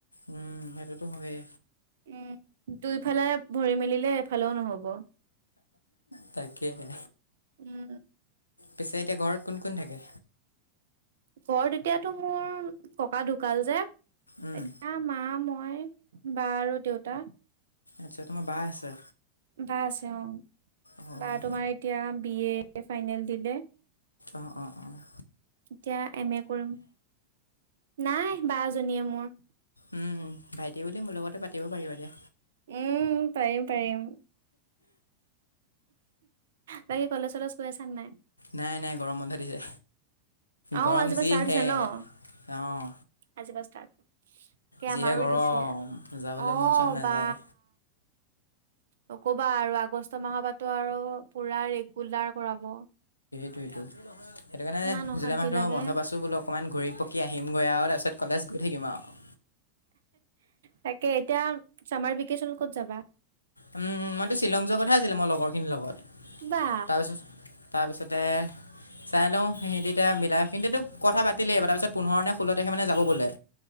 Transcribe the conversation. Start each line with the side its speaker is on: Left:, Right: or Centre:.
Left: উম সেইটোটোো হয়
Right: উম দুইফালে ভৰি মেলিলে এফালেও নহব
Left: তাকাকেই হে
Right: উম।
Left: পিছে এতিয়া ঘৰত কোন- কোন থাকে।
Right: ঘৰত এতিয়াটো মোৰ ককা ঢুকাল যে এতিয়া
Left: উম,
Right: মা, মই মই, বা আৰু দেউতা।
Left: আচ্ছা তোমাৰ বা আছে।
Right: বা আছে অ',
Left: অঁ
Right: বা তোমাৰ এতিয়া বি এ ফাইনেল দিলে।
Left: অ', অ'- অ'।
Right: এতিয়া এম এ কৰিম, নাই বা এজনীয়ে মোৰ।
Left: উম, ভাইটি বুলি মোৰ লগতে পাতিব পাৰিবা দিয়া।
Right: উম, পাৰিম-পাৰিম। বাকী কলেজ- চলেজ গৈ আছান নাই।
Left: নাই- নাই গৰম বন্ধ দিছে।
Right: অ',
Left: গৰম
Right: আজিপা
Left: যিহে
Right: ষ্টাৰ্ট হৈছে ন,
Left: অঁ
Right: আজি পা ষ্টাৰ্ট। কেম
Left: যিহে
Right: আৰু
Left: গৰম
Right: দিছে
Left: যাবলৈ
Right: অ'
Left: মন চন নাযায়
Right: বা। নক'বা আৰু আগষ্ট মাহৰ পৰাটো আৰু পুৰা ৰেগুলাৰ কৰাব।
Left: সেইটোটো সেইটো কাৰণে
Right: ইমান অশান্তি
Left: জুলাই মাহটো
Right: লাগে।
Left: বন্ধ পাইছো বোলো অকণমান ঘূৰি পকি আহিমগৈ আৰু তাৰপিছত কলেজ গৈ থাকিম আৰু।
Right: তাকে এতিয়া চামাৰ ভেকেচনত ক'ত যাবা।
Left: উম, মইতো শ্বিলং যোৱা কথা আছিলে মোৰ লগৰ খিনিৰ লগত।
Right: বা
Left: তাৰপিছত তাৰপিছতে
Right: <inaudible>
Left: চাই লওঁ সিহঁতে এতিয়া মিলাই কিন্তুতো কথা পাতিলেই তাৰপিছত পোন্ধৰ নে ষোল্ল তাৰিখে মানে যাব বোলে।